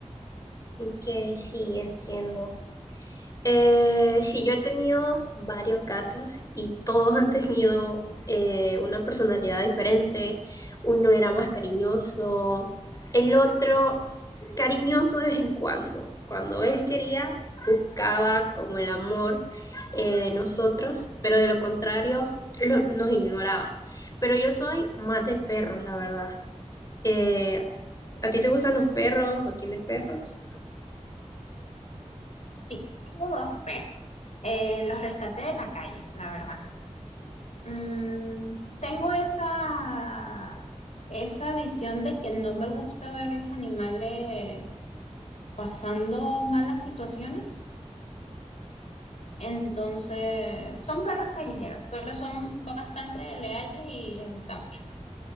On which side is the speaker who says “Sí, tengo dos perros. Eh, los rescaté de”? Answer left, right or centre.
Left